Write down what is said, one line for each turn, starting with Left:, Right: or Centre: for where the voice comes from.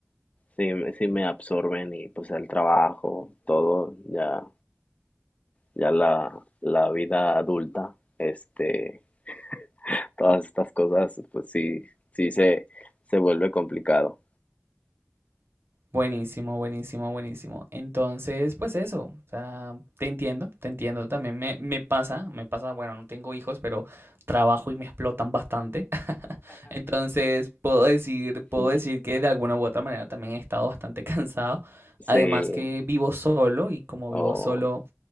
Left: Sí, me- sí me absorben y pues el trabajo, todo, ya, ya la, la vida adulta, este, <laughs> todas estas cosas, pues sí, sí se, se vuelve complicado.
Right: Buenísimo, buenísimo, buenísimo. Entonces, pues eso, o sea, te entiendo, te entiendo. También me, me pasa, me pasa, bueno, no tengo hijos, pero trabajo y me explotan bastante. Entonces, puedo decir, puedo
Left: Mm.
Right: decir que de alguna u otra manera también he estado bastante <laughs> cansado.
Left: Sí,
Right: Además que vivo solo y como
Left: o
Right: vivo solo,